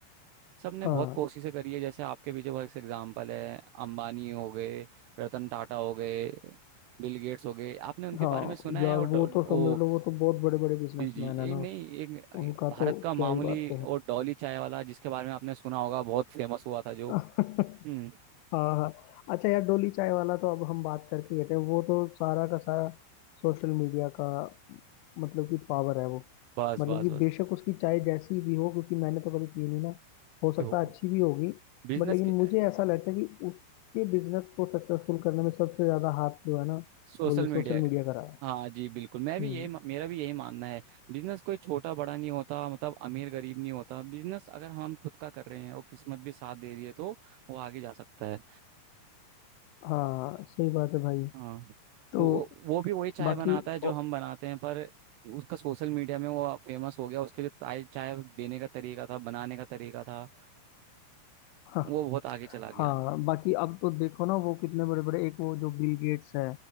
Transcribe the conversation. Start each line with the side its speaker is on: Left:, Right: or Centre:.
Right: सबने
Left: हाँ
Right: बहुत कोशिशें करी है जैसे आपके पीछे बहुत से एग्जाम्पल है अंबानी हो गए रतन टाटा हो गए बिल गेट्स हो गए आपने उनके
Left: हाँ
Right: बारे में सुना
Left: यार
Right: है और डॉ-
Left: वो तो
Right: वो
Left: समझ लो वो तो बहुत बड़े बड़े बिजनेसमैन
Right: जी जी
Left: है
Right: एक
Left: ना
Right: नहीं एक
Left: उनका
Right: भारत
Left: तो
Right: का मामूली
Left: क्या ही बात
Right: और डॉली चाय वाला जिसके बारे में आपने सुना होगा बहुत फेमस हुआ था जो
Left: कहें
Right: हम्म
Left: <laughs> हाँ हाँ अच्छा यार डोली चाय वाला तो अब हम बात करके ही हटे वो तो सारा का सारा सोशल मीडिया का मतलब कि पावर है वो
Right: बस
Left: मतलब
Right: बस
Left: कि
Right: बस
Left: बेशक उसकी चाय जैसी भी हो क्योंकि मैंने तो कभी पी नहीं ना हो
Right: देखो
Left: सकता है अच्छी भी होगी
Right: बिजनेस
Left: बट लेकिन
Right: के
Left: मुझे ऐसा लगता है कि उसके बिजनेस को सक्सेसफुल करने में सबसे ज्यादा हाथ जो है ना
Right: सोशल
Left: वो ये
Right: मीडिया
Left: सोशल मीडिया का रहा है
Right: हाँ जी बिल्कुल मैं
Left: हम्म
Right: भी यही मेरा भी यही मानना है बिजनेस कोई छोटा बड़ा नहीं होता मतलब अमीर गरीब नहीं होता बिजनेस अगर हम खुद का कर रहे हैं और किस्मत भी साथ दे रही है तो वो आगे जा सकता है
Left: हाँ सही बात है भाई
Right: हाँ
Left: तो
Right: वो वो वो भी वही चाय
Left: बाकी
Right: बनाता है जो
Left: ओ,
Right: हम बनाते हैं पर उसका सोशल मीडिया में वो फेमस हो गया उसके जो चाय चाय देने का तरीका था बनाने का तरीका था
Left: हाँ
Right: वो बहुत आगे चला गया
Left: हाँ बाकी अब तो देखो ना वो कितने बड़े बड़े एक वो जो बिल गेट्स है